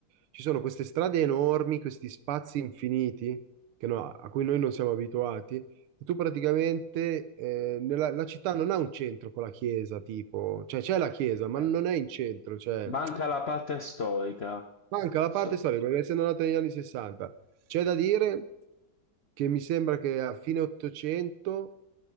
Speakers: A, on the right; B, on the left.
A: ci sono queste strade enormi, questi spazi infiniti che no- a cui noi non siamo abituati, e tu praticamente eh, nella, la città non ha un centro con la chiesa, tipo, cioè c'è la chiesa, ma
B: certo.
A: non è in centro, cioè
B: Manca la parte storica.
A: Manca la
B: So-
A: parte storica, perché essendo nata negli anni 60, c'è da dire che mi sembra che a fine 800